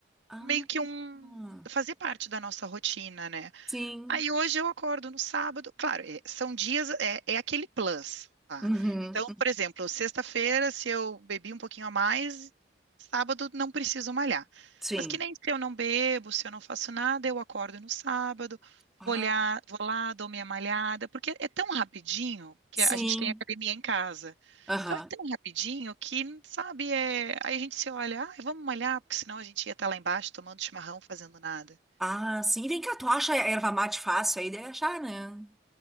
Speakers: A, in the centre; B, on the right.
A: Ah.
B: meio que um
A: Ah,
B: fazer parte da nossa rotina, né?
A: Sim.
B: Aí hoje eu acordo no sábado, claro, é- são dias, é, é aquele plus, tá?
A: Uhum.
B: Então, por exemplo, sexta-feira, se eu bebi um pouquinho a mais, sábado não preciso malhar.
A: Sim.
B: Mas que nem se eu não bebo, se eu não faço nada, eu acordo no sábado,
A: ah,
B: vou olhar, vou lá, dou minha malhada, porque é tão rapidinho que
A: Sim.
B: a gente tem academia em casa.
A: Aham.
B: Então é tão rapidinho que, sabe, é... aí a gente se olha, ah, vamos malhar, porque senão a gente ia estar lá embaixo tomando chimarrão, fazendo nada.
A: Ah, sim. vem cá, tu acha a erva mate fácil aí? Deve achar, né?